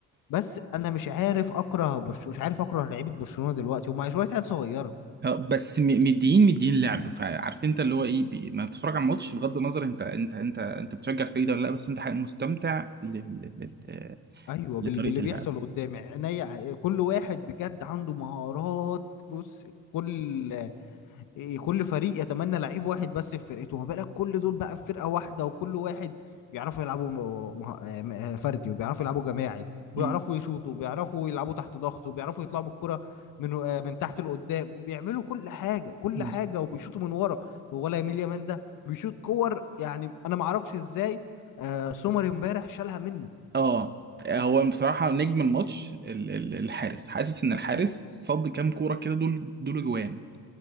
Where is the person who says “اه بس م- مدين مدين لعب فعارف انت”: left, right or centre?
Right